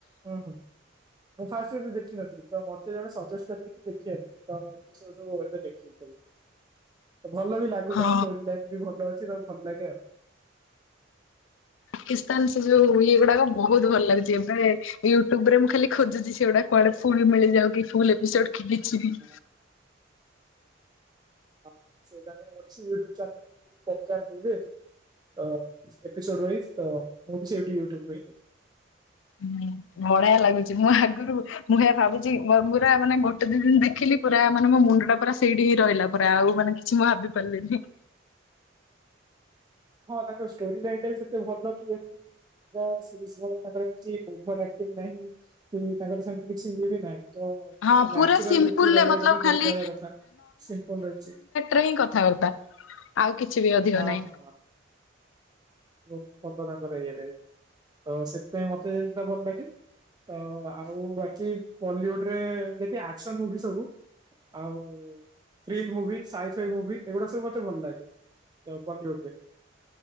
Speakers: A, on the right; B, on the left.
A: ହଁ ହୁଁ। ମୁଁ ଫାଷ୍ଟ ରେ ଦେଖିନଥିଲି ତ ମତେ ଜଣେ ସଜେଷ୍ଟ କର କି ଦେଖିବା ପାଇଁ ତ ମୁଁ ସେଇଠୁ ଏବେ ଦେଖୁ ଭଲ ବି ଲାଗୁଛି
B: ହଁ
A: ତାଙ୍କ ଷ୍ଟୋରି ଲାଇନ ବି ଭଲ ଅଛି ତ ଭଲ ଲାଗେ ଆଉ।
B: ପାକିସ୍ତାନ ସେ ଯୋଉ ଇଏ ଗୁଡାକ ବହୁତ ଭଲ ଲାଗୁଛି ଏବେ ୟୁଟ୍ୟୁବରେ ମୁଁ ଖାଲି ଖୋଜୁଛି ସେଗୁଡା କୁଆଡେ ଫୁଲ ମିଳିଯାଉ କି ଫୁଲ ଏପିସୋଡ କିଛି ବି।
A: ହଁ ଓହଁ ସେ ତାଙ୍କର ଅଛି ୟୁଟ୍ୟୁବ <unintelligible> ଯେ ତ ଏପିସୋଡ ୱାଇଜ ତ ମୁଁ ବି ସେଇଠି ୟୁଟୁବ ହିଁ ଦେଖି
B: ହୁଁ ବଢିଆ ଲାଗୁଛି ମୁଁ ଆଗରୁ ମୁଁ ଏହା ଭାବୁଛି ପୁରା ମାନେ ଗୋଟେ ଦି ଦିନ ଦେଖିଲି ପୁରା ମାନେ ମୋ ମୁଣ୍ଡ ଟା ପୁରା ସେଇଠି ହିଁ ରହିଲା ପୁରା ଆଉ ମାନେ କିଛି ମୁଁ ଆଉ ଭାବି ପାରିଲିନି।
A: ହଁ ତାଙ୍କ ଷ୍ଟୋରି ଲାଇନ୍ ଟା ବି ଯେତେ ଭଲ କି ଏମତି <unintelligible> ତାଙ୍କର କିଛି ଓଭରେକ୍ଟିଂ ନାହିଁ କି ତାଙ୍କର ସେମତି କିଛି ଇଏ ବି ନାହିଁ।
B: ହଁ ପୁରା
A: ନାଚୁରାଲ
B: ସିମ୍ପୁଲରେ
A: ଯେତିକି ରହିବା
B: ମତଲବ
A: କଥା
B: ଖାଲି
A: ଯେମତି ରହିବା କଥା ସିମ୍ପଲ ରହିଛି।
B: ରେ ହିଁ କଥାବାର୍ତ୍ତା ଆଉ କିଛି ବି ଅଧିକ
A: ହଁ
B: ନାହିଁ।
A: ହଁ ବହୁତ ଭଲ ତାଙ୍କର ଇଏରେ ତ ସେଥିପାଇଁ ମତେ ସେଟା ଭଲ ଲାଗେ। ତ ଆଉ ବାକି ବଲିଉଡରେ ଯଦି ଆକ୍ସନ ମୁଭି ସବୁ ଆଉ ଥ୍ରିଲ ମୁଭି ସାଇଫାଇ ମୁଭି ଏଗୁଡା ସବୁ ମତେ ଭଲ ଲାଗେ ବଲିଉଡ ରେ।